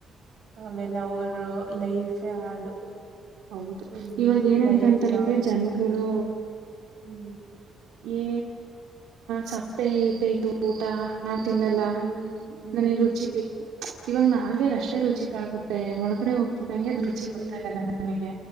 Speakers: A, on the right (about 60°); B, on the right (about 80°).
A: ಆಮೇಲೆ ಅವರು ಲೈಫೇ ಹಾಳು.
B: ಹೌದು
A: ಫುಲ್
B: ಇವಾಗ ಏನಂತಂತಾರಂದ್ರೆ
A: ಲೈಫ್ ಲಾಂಗ್
B: ಜನ್ಗಳು.
A: ಹ್ಮ್
B: ಏ ಸಪ್ಪೆ ಇ <unintelligible> ನಾ ತಿನ್ನಲ್ಲ
A: ಹ್ಮ್ ಹ್ಮ್
B: ನನಗೆ ರುಚಿ ಬೇಕು. ಇವಾಗ ನಾಲ್ಗಗ್
A: ಹ್ಮ್
B: ಅಷ್ಟೇ ರುಚಿ
A: ಹ್ಮ್
B: ತಾಗುತ್ತೆ ಒಳಗಡೆ ಹೋಗ್ತಿದ್ದಂಗೆ
A: ಹ್ಮ್
B: ಅದು ರುಚಿ ಗೊತ್ತಾಗಲ್ಲ ನನಗೆ